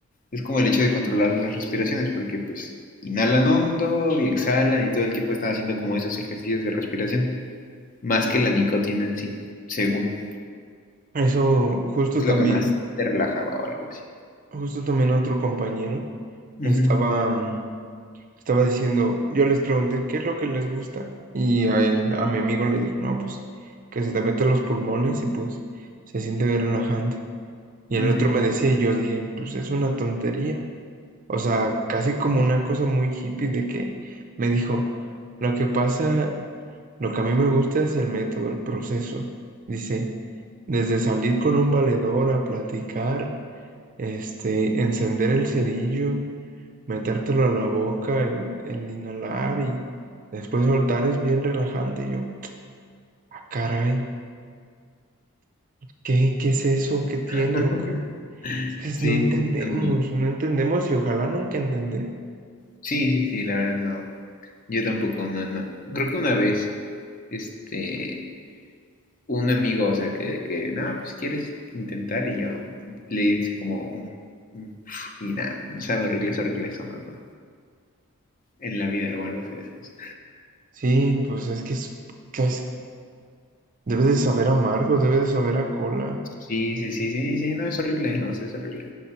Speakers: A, on the left; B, on the right.
A: es como el hecho de controlar las respiraciones, porque pues inhalan hondo y exhalan y todo el tiempo están haciendo como esos ejercicios de respiración, más que la nicotina en sí, según.
B: Eso justo
A: Es lo
B: también,
A: que más te relajaba o algo así.
B: justo también otro compañero
A: Ujú,
B: estaba, mm, estaba diciendo, yo les pregunté qué es lo que les gusta y a él, a mi amigo le dijo, no, pues que se te meten los pulmones y pues se siente bien relajante. Y
A: ujú.
B: el otro me decía y yo dije, pues es una tontería. O sea, casi como una cosa muy hippie de que me dijo, lo que pasa, lo que a mí me gusta es el método, el proceso. Dice, desde salir con un valedor a platicar, este, encender el cerillo, metértelo a la boca, el, el inhalar y después soltar es bien relajante. Y yo, "Ah, caray, ¿qué, qué es eso? ¿Qué tiene
A: <laughs>
B: o qué? Es que
A: Sí,
B: no entendemos,
A: sí, está muy loco.
B: no entendemos y ojalá nunca entender.
A: Sí, sí, sí, la verdad no. Yo tampoco, no, no. Creo que una vez, este, un amigo, o sea, que, que nada, pues quieres intentar y yo le hice como un, un- y nada, no sabe horrible, es horrible eso, no, no, en la vida lo vuelvo a hacer esa cosa.
B: Sí, pues es que es... Debes de saber a amargo, debes de saber a cola.
A: Sí, sí, sí, sí, sí, no, es horrible, o sea, es horrible.